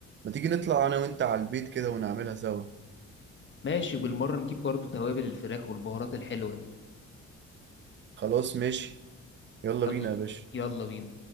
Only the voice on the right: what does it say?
ما تيجي نطلع انا وانت على البيت كده ونعملها سوا
خلاص ماشي يلا
بينا يا باشا